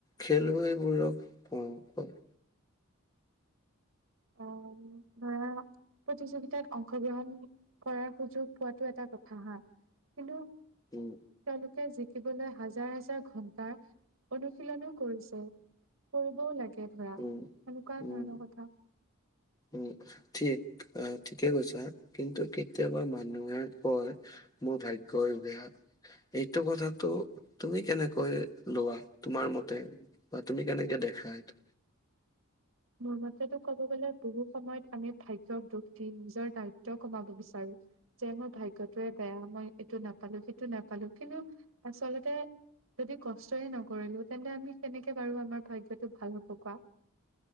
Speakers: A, on the left; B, on the right.
A: খেলুৱৈবোৰক উ উম
B: অ উ ধৰা প্ৰতিযোগিতাত অংশগ্ৰহণ কৰাৰ সুযোগ পোৱাটো এটা কথা হা কিন্তু
A: উম
B: তেওঁলোকে জিকিবলৈ হাজাৰ হাজাৰ ঘন্টাৰ অনুশীলনো কৰিছে। কৰিবও লাগে ধৰা,
A: উম,
B: এনেকুৱা
A: উম,
B: ধৰণৰ কথা।
A: উম ঠিক আহ ঠিকে কৈছা, কিন্তু কেতিয়াবা মানুহে কয়- মোৰ ভাগ্যই বেয়া এইটো কথাটো তুমি কেনেকৈ লবা, তোমাৰ মতে- বা তুমি কেনেকে দেখা এইটো।
B: মোৰ মতে তো ক'ব গ'লে বহুত। সময়ত আমি ভাগ্যক দুখ দি নিজৰ দায়িত্ব কমাব বিচাৰো, যে মোৰ ভাগ্যত- টোৱে বেয়া মই এইটো নাপালো সেইটো নাপালো কিন্তু আচলতে যদি- কষ্টয়ে নকৰিলো তেন্তে আমি কেনেকে বাৰু আমাৰ ভাগ্যটো ভাল হব কোৱা।